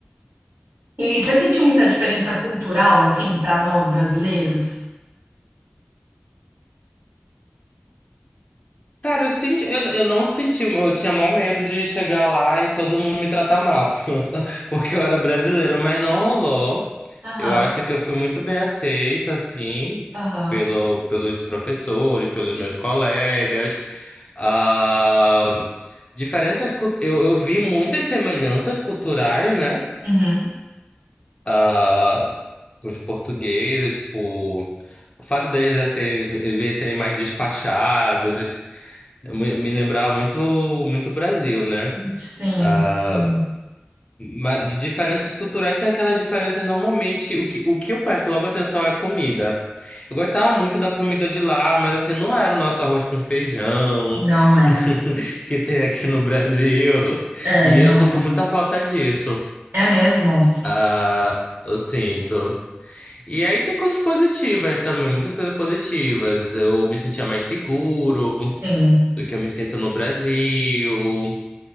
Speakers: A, on the right; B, on the left.
A: E você sentiu muita diferença cultural, assim, pra nós brasileiros?
B: Cara, eu senti, eu, eu não senti, eu tinha maior medo de chegar lá e todo mundo me tratar mal, <laughs> porque eu era brasileiro, mas não rolou.
A: Aham,
B: Eu acho que eu fui muito bem aceito, assim,
A: aham.
B: pelo, pelos professores, pelos meus colegas. Ah, diferenças, cult- eu, eu vi muitas semelhanças culturais, né?
A: Uhum.
B: ah, os portugueses, tipo, o fato deles já serem, às vezes serem mais despachados, me me lembrava muito, muito Brasil, né?
A: Sim.
B: Ah,
A: Sim.
B: mas de diferenças culturais tem aquelas diferenças normalmente. O que, o que eu presto logo atenção é comida. Eu gostava muito da comida de lá, mas assim, não era o nosso arroz com feijão
A: Não é.
B: <laughs> que tem aqui no Brasil.
A: É,
B: E
A: não
B: eu sinto
A: é.
B: muita falta disso.
A: É mesmo?
B: Ah, eu sinto. E aí tem coisas positivas também, muitas coisas positivas. Eu me sentia mais seguro
A: Sim.
B: do que eu me sinto no Brasil.